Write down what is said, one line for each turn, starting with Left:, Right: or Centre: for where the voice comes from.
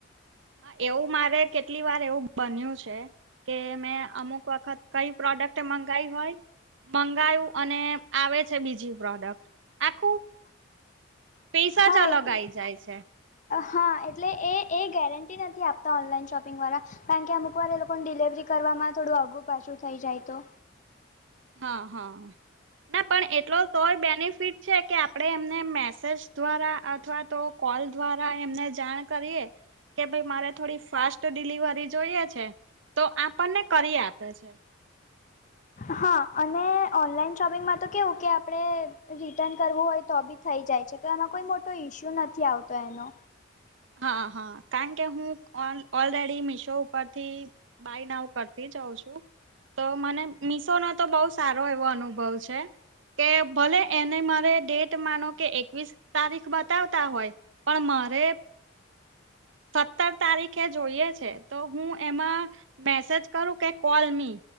Right: હ એવું મારે કેટલી વાર એવું બન્યું છે. કે મેં અમુક વખત કઈ પ્રોડક્ટ મંગાઈ હોય મંગાયું અને આવે છે બીજી પ્રોડક્ટ. આખું પીસ
Left: હા
Right: જ અલગ
Left: એટલે
Right: આઈ જાય છે.
Left: હા એટલે એ એ ગેરંટી નથી આપતા ઓનલાઈન શોપિંગવાળા. કારણકે અમુક વાર એ લોકો ડિલવરી કરવામાં થોડું આઘું પાછું થઈ જાય તો.
Right: હા હા ના પણ એટલો તોય બેનિફિટ. છે કે આપડે એમને મેસેજ દ્વારા અથવા તો કોલ દ્વારા એમને જાણ કરીએ. કે ભાઈ મારે થોડી ફાસ્ટ ડિલિવરી જોઈએ છે તો આપણ ને કરી આપે છે.
Left: હા અને ઓનલાઈન શોપિંગમાં તો કેવું કે આપડે રિટર્ન કરવું હોય તો બી થઈ જાય છે તો એમાં કોઈ મોટો ઈસ્યુ નથી આવતો એનો.
Right: હા હા કારણ કે હું ઓલ ઓલરેડી મિશો ઉપરથી બાય નાવ કરતીજ હોઉં છું તો મને મીશો નો તો બવ સારો એવો અનુભવ છે. કે ભલે એને મારે ડેટ માનો કે એકવીસ તારીખ બતાવતા હોય. પણ મારે સત્તર તારીખે જોઈએ છે તો હું એમાં મેસેજ કરું કે કોલ મી.